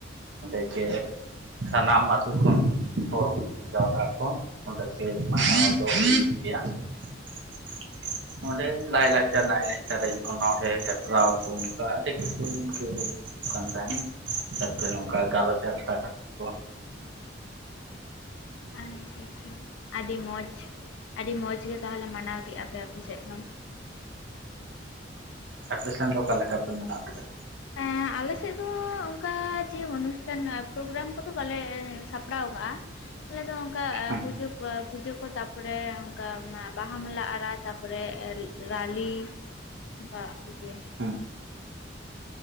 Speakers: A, on the right; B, on the left.
A: ᱚᱸᱰᱮ ᱜᱮ ᱥᱟᱱᱟᱢ ᱟᱛᱳ ᱠᱷᱚᱱᱼ ᱦᱚᱲ ᱠᱚ ᱡᱟᱣᱨᱟᱜ-ᱟ ᱠᱚ ᱚᱸᱰᱮ ᱜᱮ ᱢᱟᱱᱟᱣ ᱫᱚ ᱦᱩᱭᱩᱜ ᱜᱮᱭᱟ <inaudible> ᱚᱸᱰᱮ ᱞᱟᱭ ᱞᱟᱠᱪᱟᱨ ᱨᱮᱱᱟᱜ ᱮᱱᱮᱡ ᱚᱱᱚᱲᱦᱮᱸ ᱦᱮᱯᱨᱟᱣ ᱠᱚ ᱚᱱᱠᱟ ᱟᱹᱰᱤ ᱠᱤᱪᱷᱩ ᱤᱱᱠᱟᱹ ᱦᱩᱭ ᱠᱟᱱ ᱛᱟᱦᱮᱱ ᱡᱟᱛᱮ ᱱᱚᱝᱠᱟ ᱜᱟᱞᱚᱪ ᱟᱠᱷᱲᱟ ᱱᱟᱜ ᱠᱚᱼᱼ
B: ᱟᱪᱪᱷᱟ ᱟᱪᱪᱷᱟ ᱟᱹᱰᱤ ᱢᱚᱡᱽ ᱟᱹᱰᱤ ᱢᱚᱸᱡᱽ ᱜᱮ ᱛᱟᱦᱚᱞᱮ ᱢᱟᱱᱟᱣ ᱠᱮᱫ-ᱟ ᱯᱮ ᱟᱯᱮ ᱥᱮᱫ ᱫᱚᱼᱼ
A: ᱮᱯᱮ ᱥᱮᱱ ᱫᱚ ᱚᱠᱟ ᱞᱮᱠᱟ ᱯᱮ ᱢᱟᱱᱟᱣ ᱠᱮᱫᱟ
B: ᱮᱸ ᱟᱞᱮ ᱥᱮᱫ ᱫᱚ ᱚᱱᱠᱟ ᱡᱮ ᱚᱱᱩᱥᱴᱷᱟᱱ ᱯᱨᱳᱜᱨᱟᱢ ᱠᱚᱫᱚ ᱵᱟᱞᱮ ᱥᱟᱯᱲᱟᱣ ᱠᱟᱜ-ᱟ᱾ ᱟᱞᱮ ᱫᱚ ᱚᱱᱠᱟ
A: ᱦᱮᱸ
B: ᱯᱩᱡᱟᱹ ᱯᱩᱡᱟᱹ ᱠᱚ ᱛᱟᱯᱼᱼ ᱛᱟᱨᱯᱚᱨᱮ ᱚᱱᱠᱟ ᱵᱟᱦᱟ ᱢᱟᱞᱟ ᱟᱨᱟᱜ ᱛᱟᱨᱯᱚᱨᱮ ᱨᱟᱞᱤ ᱚᱱᱠᱟ <unintelligible>
A: <unintelligible>
B: <inaudible>